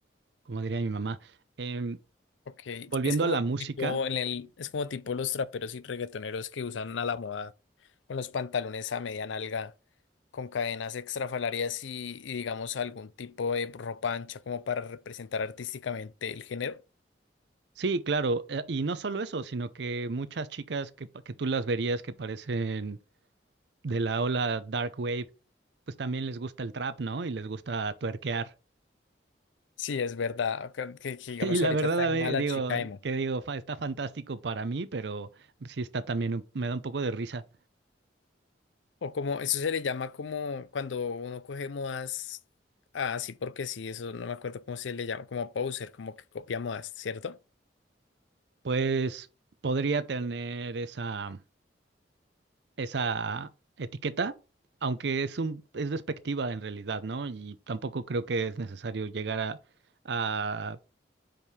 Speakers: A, on the right (about 65°); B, on the left (about 80°).
A: como diría mi mamá. Em,
B: ok.
A: volviendo
B: Es como
A: a la música.
B: tipo en el, es como tipo los traperos y reggaetoneros que usan a la moda con los pantalones a media nalga, con cadenas extrafalarias y, y digamos algún tipo de ropa ancha como para representar artísticamente el género.
A: Sí, claro, eh, y no solo eso, sino que muchas chicas que, pa- que tú las verías que parecen de la ola Dark Wave, pues también les gusta el trap, ¿no? Y les gusta tuerquear. <laughs>
B: Sí, es verdad. acá- Que, que digamos
A: Y la
B: ahorita
A: verdad,
B: está en
A: a mí,
B: mala
A: digo,
B: chica emo.
A: que digo, fa- está fantástico para mí, pero sí está también, un- me da un poco de risa.
B: O como, eso se le llama como cuando uno coge modas ah, así porque sí, eso no me acuerdo cómo se le llama, como poser, como que copia modas, ¿cierto?
A: Pues podría tener esa, esa etiqueta, aunque es un, es despectiva en realidad, ¿no? Y tampoco creo que es necesario llegar a, a